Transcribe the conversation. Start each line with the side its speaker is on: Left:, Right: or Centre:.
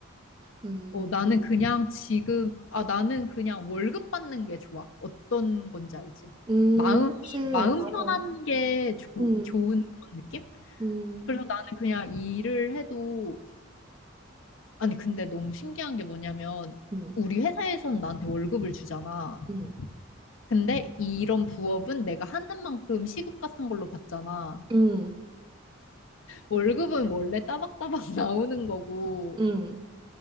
Right: 음,
Left: 어, 나는 그냥 지금, 아, 나는 그냥 월급 받는 게 좋아. 어떤 건지 알지?
Right: 음,
Left: 마음,
Right: 그치,
Left: 마음
Right: 맞아.
Left: 편한 게 조,
Right: 음,
Left: 좋은 그런 느낌?
Right: 음,
Left: 그래서 나는 그냥 일을 해도 아니 근데 너무 신기한 게 뭐냐면
Right: 음,
Left: 우리 회사에서는 나한테 월급을 주잖아.
Right: 음,
Left: 근데 이런 부업은 내가 하는 만큼 시급 같은 걸로 받잖아.
Right: 음,
Left: 월급은 원래 따박따박 <laughs> 나오는 거고
Right: 음.